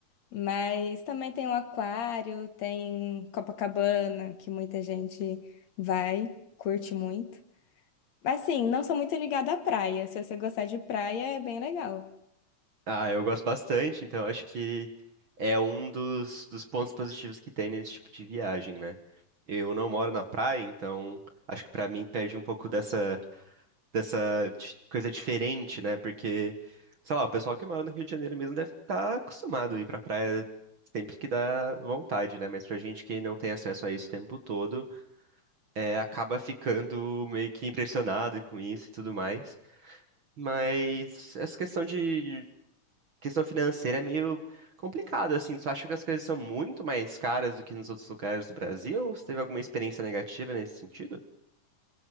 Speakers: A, on the left; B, on the right.
A: mas também tem o aquário, tem Copacabana, que muita gente vai, curte muito. Mas assim, não sou muito ligada à praia, se você gostar de praia é bem legal.
B: Ah, eu gosto bastante, então acho que é um dos, dos pontos positivos que tem nesse tipo de viagem, né? Eu não moro na praia, então acho que pra mim perde um pouco dessa, dessa di- coisa diferente, né? Porque, sei lá, o pessoal que mora no Rio de Janeiro mesmo deve estar acostumado a ir pra praia sempre que dá vontade, né? Mas pra gente que não tem acesso a isso o tempo todo, é, acaba ficando meio que impressionado com isso e tudo mais. Mas essa questão de questão financeira é meio complicado, assim. Tu acha que as coisas são muito mais caras do que nos outros lugares do Brasil? Ou Você teve alguma experiência negativa nesse sentido?